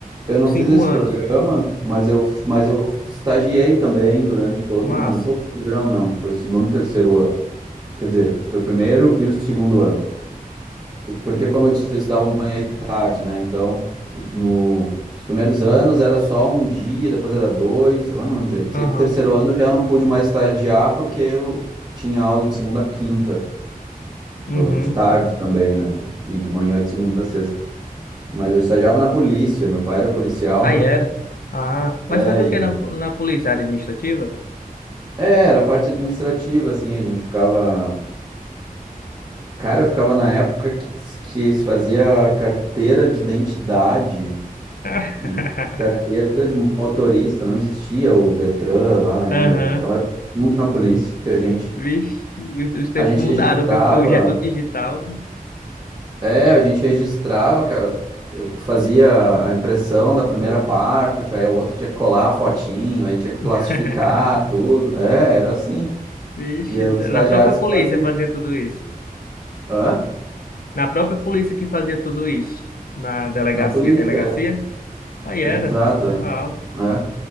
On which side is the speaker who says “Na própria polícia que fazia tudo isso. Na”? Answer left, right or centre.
Left